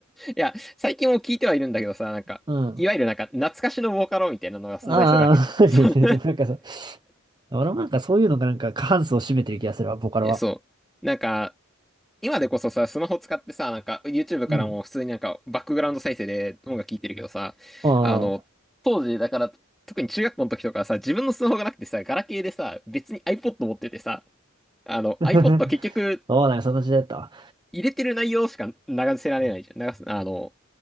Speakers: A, in the centre; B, on the right.
A: や、最近も聴いてはいるんだけどさ、なんか、
B: うん。
A: いわゆるなんか、懐かしのボカロみたいなのが存在するわけじゃん。
B: ああ、<laughs>
A: <laughs> そう。
B: なんかそう、俺もなんかそういうのがなんか過半数を占めてる気がするわ、ボカロは。
A: え、そう。なんか、今でこそさ、スマホ使ってさ、なんか、YouTube からも普通になんか、
B: うん。
A: バックグラウンド再生で音楽聴いてるけどさ、
B: ああ。
A: あの、当時、だから、特に中学校の時とかはさ、自分のスマホがなくてさ、ガラケーでさ、別に iPod 持っててさ、あの、
B: <laughs>
A: iPod 結局
B: そうだよ、その時代だったわ。
A: 入れてる内容しか流せられないじゃん。流す、あの、